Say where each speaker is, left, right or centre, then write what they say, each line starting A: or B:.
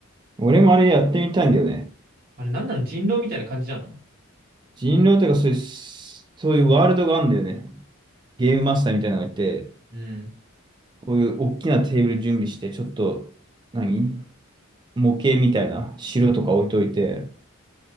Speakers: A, on the right; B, on the right.
A: 俺もあれやってみたいんだよね。
B: あれ、なんなの人狼みたいな感じなの
A: 人狼とかそういう、そういうワールドがあるんだよね。ゲームマスターみたいなのがいて、
B: うん。
A: こういう大きなテーブル準備して、ちょっと、何模型みたいな城とか置いといて、